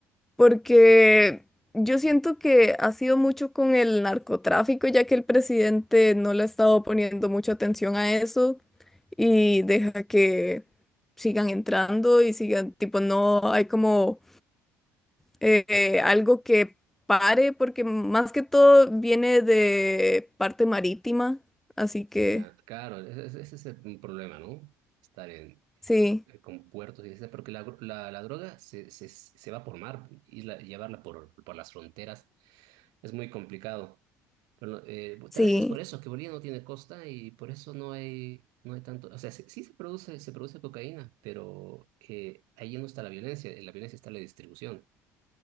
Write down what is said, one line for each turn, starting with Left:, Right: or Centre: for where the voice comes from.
Centre: porque yo siento que ha sido mucho con el narcotráfico, ya que el presidente no le ha estado poniendo mucha atención a eso y deja que sigan entrando y sigan, tipo, no hay como eh, eh, algo que pare, porque más que todo viene de parte marítima, así que
Right: Ya, claro, ese, ese- ese es el problema, ¿no? Estar en,
Centre: sí,
Right: eh, eh, con puertos y eso, porque la, gro- la, la droga se, se, se va por mar y la- llevarla por, por las fronteras es muy complicado. Bueno, eh,
Centre: sí,
Right: tal vez es por eso que Bolivia no tiene costa y por eso no hay, no hay tanto. O sea, sí, sí se produce, se produce cocaína, pero eh, ahí no está la violencia. En La violencia está la distribución,